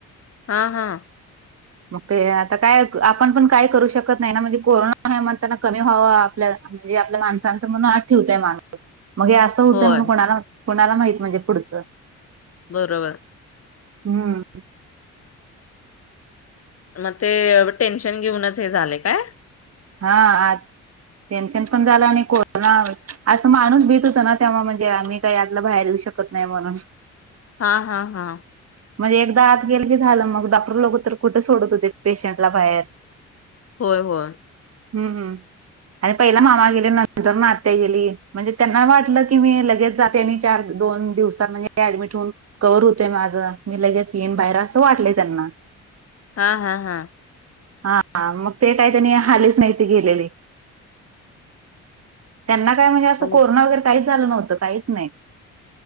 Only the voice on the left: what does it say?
हा हा.
होय.
बरोबर.
मग ते टेन्शन घेऊनच हे झाले काय?
हा हा हा.
होय होय.
हा हा हा.
आणि